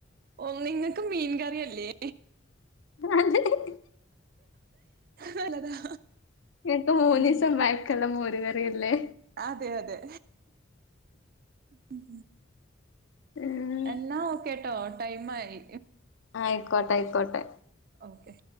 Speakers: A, on the right; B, on the left.
A: ഓ നിങ്ങക്ക് മീൻ കറിയല്ലേ?
B: <unintelligible>
A: നല്ലതാ.
B: ങ്ങക്ക് മൂന്നീസം
A: ഉം
B: പയക്കൊള്ളെ മോരുകറിയല്ലേ?
A: അതെ അതെ ഉം
B: ഉം
A: എന്നാ ഓക്കെട്ടോ ടൈം ആയി
B: ആയിക്കോട്ടെ ആയിക്കോട്ടെ.
A: ഓക്കെ